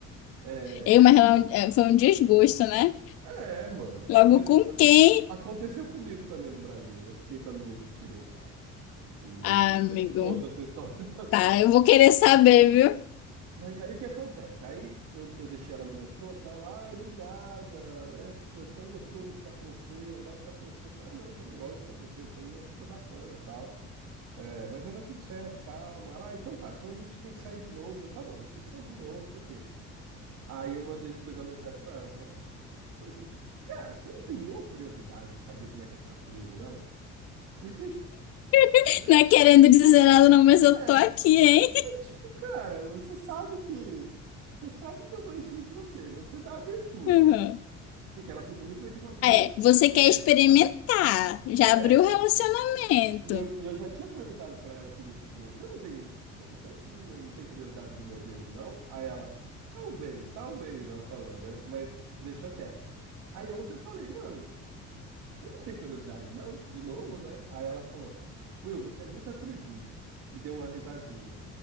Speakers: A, on the right; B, on the left.
A: É,
B: Eu, mas ela, é, um, é, foi um desgosto, né?
A: é, mano, tipo,
B: Logo
A: mas
B: com quem?
A: aconteceu comigo também no Brasil. Eu fiquei com a mina de direita lá. E
B: Ah, amigo.
A: eu te conto essa história <laughs>
B: Tá, eu vou querer saber, viu?
A: Mas aí o que acontece? Aí eu, eu deixei ela no metrô, tal, lá, ai, obrigada, né? Tipo, é tão gostoso ficar com você, eu adoro ficar com você. Eu falei, ah, não, tô nem gosto de ficar com você, você é uma menina super bacana, tal. É, mas vai dar tudo certo, calma. Ela, ah, então tá, então a gente tem que sair de novo. Eu falei, tá bom, a gente tem que sair de novo, não sei o quê. Aí eu mandei depois uma mensagem pra ela, fa- falei assim, cara, você não tem nenhuma curiosidade de saber como é que é ficar comigo, não? Porque,
B: <laughs>
A: né?
B: Não é querendo dizer nada, não, mas eu
A: É,
B: tô aqui, hein?
A: é tipo, cara, você sabe que, você sabe que eu dou em cima de você, você dá abertura.
B: <laughs> Uhum.
A: Porque ela podia muito bem ter falado assim,
B: Ah,
A: Buiu,
B: É, você
A: esquece,
B: quer experimentar.
A: tá?
B: Já
A: É,
B: abriu o relacionamento.
A: e eu, e eu já tinha perguntado pra ela assim, do tipo, você não tem, você você não tem curiosidade do meu beijo, não? Aí ela, talvez, talvez, ela falou, né? Mas deixou quieto. Aí ontem eu falei, mano, você não tem curiosidade, não? De novo, né? Aí ela falou, Will, você é muito atrevido. E deu uma risadinha.